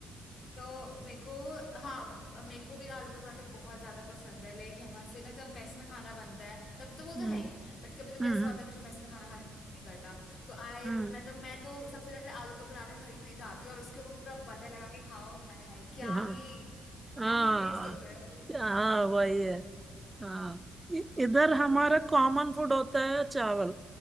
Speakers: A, on the left; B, on the right.
A: तो मेरे को हाँ मेरे को भी आलू का पराठा बहुत ज्यादा पसंद है लाइक यहाँ से ना जब मेस में खाना बनता है तब तो वो
B: हम्म
A: तो है ही बट कभी कभी
B: हम्म
A: ऐसा होता है मुझे मेस में खाना खाने का मन नहीं करता तो आए
B: हम्म
A: मैं तो मैं तो सबसे पहले आलू का पराठा खरीदने ही जाती हूँ और उसके ऊपर पूरा बटर लगा के खाओ आय हाय क्या
B: हम्म, हाँ
A: ही
B: हाँ
A: क्या ही टेस्ट होता है वो।
B: हाँ वही है हाँ इ- इधर
A: हम्म,
B: हमारा कॉमन फूड होता है चावल